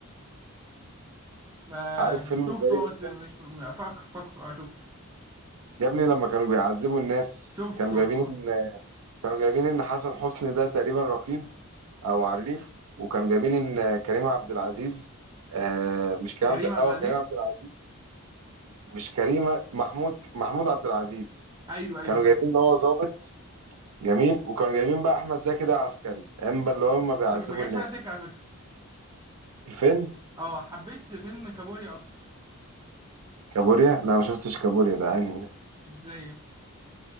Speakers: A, on the right; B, on the right.
A: ما
B: عارف فيلم
A: شفته
B: البريء
A: اه بس مش فاكره فاكره اه شفته
B: يا ابني لما كانوا بيعذبوا الناس
A: شفت
B: كانوا
A: شفته
B: جايبين
A: اه
B: ان كانوا جايبين ان حسن حسني ده تقريبا رقيب او عريف وكانوا جايبين ان كريم عبد العزيز آه مش كريم
A: كريم
B: عبد اه
A: عبد العزيز
B: كريم عبد العزيز مش كريمه محمود محمود عبد العزيز
A: ايوه ايوه
B: كانوا
A: شفته
B: جايبين ان هو ظابط جميل وكانوا جايبين بقى احمد زكي ده عسكري امبا اللي هم بيعذبوا
A: ما ما جاش
B: الناس
A: معايا سكة على فكرة
B: الفيلم
A: اه حبيت فيلم كابوريا اكتر
B: كابوريا لا ما شفتش كابوريا ده انهي ده
A: ازاي